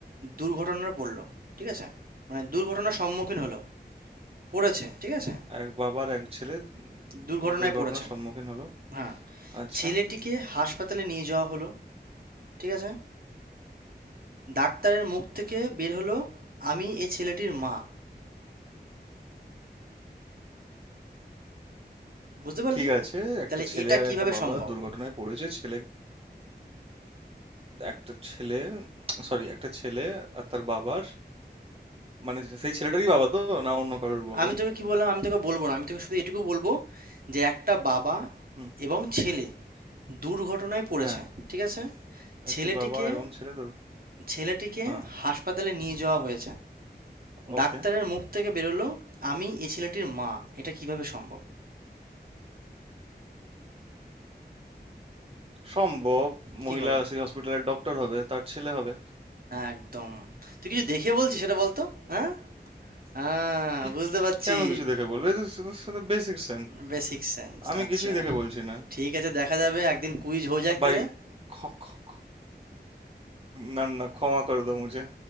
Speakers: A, on the right; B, on the right.
A: দুর্ঘটনায় পড়লো ঠিক আছে মানে দুর্ঘটনার সম্মুখীন হলো পড়েছে ঠিক আছে
B: এক বাবার এক ছেলে উম,
A: দুর্ঘটনায়
B: দুর্ঘটনার
A: পড়েছে
B: সম্মুখীন হলো
A: হ্যাঁ,
B: আচ্ছা
A: ছেলেটিকে হাসপাতালে নিয়ে যাওয়া হলো ঠিক আছে ডাক্তারের মুখ থেকে বের হলো আমি এ ছেলেটির মা বুঝতে পারলি
B: ঠিক আছে একটা
A: তাহলে
B: ছেলে
A: এটা
B: আর
A: কিভাবে
B: একটা বাবা
A: সম্ভব
B: দুর্ঘটনায় পড়েছে ছেলে একটা ছেলে সরি একটা ছেলে আর তার বাবার মানে সেই ছেলেটারই বাবা তো না অন্য কারোর বাবা
A: আমি তোকে কি বললাম আমি তোকে বলবো না আমি তোকে শুধু এটুকু বলবো যে একটা বাবা
B: হুম
A: এবং ছেলে দুর্ঘটনায় পড়েছে
B: হ্যাঁ
A: ঠিক আছে ছেলেটিকে
B: একটি বাবা এবং ছেলে দুর
A: ছেলেটিকে
B: হ্যাঁ
A: হাসপাতালে নিয়ে যাওয়া হয়েছে
B: ওকে
A: ডাক্তারের মুখ থেকে বেরোলো আমি এ ছেলেটির মা এটা কিভাবে সম্ভব
B: সম্ভব মহিলা
A: কি করে
B: সেই হসপিটালের ডক্টর হবে তার ছেলে হবে
A: একদম তুই কিছু দেখে বলছিস সেটা বলতো হ্যাঁ হ্যাঁ
B: কি
A: বুঝতে পারছি
B: কেন কিছু দেখে বলবে সাথে বেসিক সেন্স
A: বেসিক সেন্স
B: আমি
A: আচ্ছা
B: কিছুই দেখে বলছি না
A: ঠিক আছে দেখা যাবে একদিন কুইজ হয়ে যাক
B: ভাই
A: তাহলে
B: খ- খ- না না ক্ষমা করে দাও মুঝে